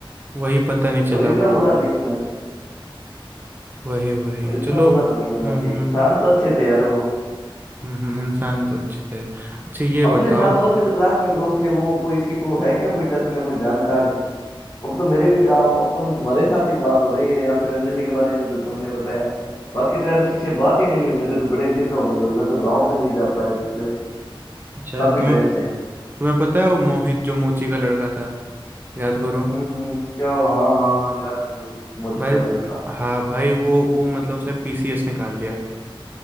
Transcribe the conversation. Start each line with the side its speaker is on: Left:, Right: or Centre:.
Right: वही पता नहीं चला
Left: पर इतना
Right: वो
Left: बुरा नहीं होना
Right: वही वही
Left: तो इतना
Right: चलो
Left: बुरा
Right: हम्म
Left: तो नहीं होना चाहिए
Right: हम्म
Left: इंसान तो अच्छे थे यार वो
Right: हम्म हम्म, इंसान तो अच्छे थे अच्छा ये
Left: अपने
Right: बताओ
Left: साथ और भी तो क्लास में लोग थे वो कोई इसी को है क्या कोई टच में कोई जानकार अब तो मेरे भी क्या आप अपन तुम्हारे साथ ही बात हो रही है या फिर अंजलि के बारे में जो तुमने बताया बाकी तो यार किसी से बात ही नहीं हुई मेरे तो बड़े दिन हो गए और मैं तो गाँव भी नहीं जा पाया पिछले
Right: अच्छा
Left: काफी
Right: तुम्हें
Left: टाइम से
Right: तुम्हें पता है वो मोहित जो मोची का लड़का था याद करो
Left: हम्म हम्म क्या हाँ हाँ हाँ याद है मोची मोची
Right: भाई
Left: का लड़का
Right: हाँ भाई वो वो मतलब उसने पीसीएस निकाल लिया है।